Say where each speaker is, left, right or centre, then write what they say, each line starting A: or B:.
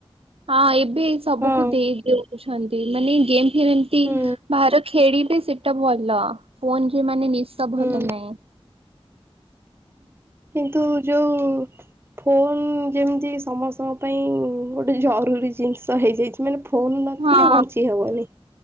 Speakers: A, on the right; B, on the right.
A: ହଁ ଏବେ ସବୁକୁ
B: ହଁ
A: ଦେଇଦଉ। ଛନ୍ତି ମାନେ ଗେମ୍ ଫେମ୍ ଏମତି
B: ହୁଁ
A: ବାହାର ଖେଳିବେ ସେଟା ଭଲ ଫୋନ ମାନେ ନିଶ
B: ହୁଁ।
A: ଭଲ ନାଇଁ।
B: କିନ୍ତୁ ଯୋଉଁ ଫୋନ ଯେମିତି ସମସ୍ତଙ୍କ ପାଇଁ ଗୋଟେ ଜରୁରୀ ଜିନିଷ ହେଇଯାଇଛି ମାନେ ଫୋଲ ନଥିଲେ
A: ହଁ
B: ବଞ୍ଚି ହବନି।